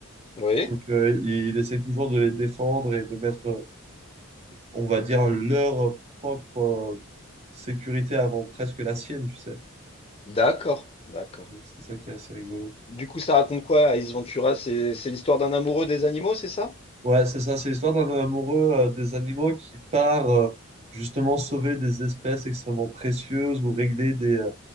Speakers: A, on the left; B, on the right.
A: Oui.
B: Donc, euh, il essaie toujours de les défendre et de mettre, euh, on va dire, leur propre euh, sécurité avant presque la sienne, tu sais.
A: D'accord, d'accord.
B: Donc, c'est ça qui est assez rigolo.
A: Du coup, ça raconte quoi, Ace Ventura? C'est c'est l'histoire d'un amoureux des animaux, c'est ça?
B: Ouais, c'est ça, c'est l'histoire d'un amoureux euh, des animaux qui part euh, justement sauver des espèces extrêmement précieuses ou régler des, euh,